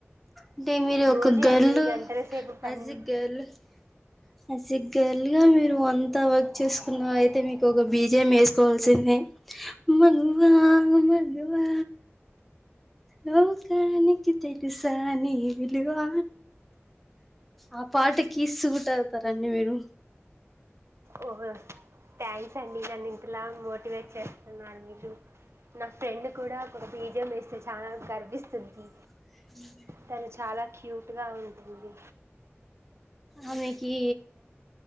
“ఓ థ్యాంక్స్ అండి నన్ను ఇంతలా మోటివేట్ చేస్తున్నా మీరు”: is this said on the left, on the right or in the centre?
Right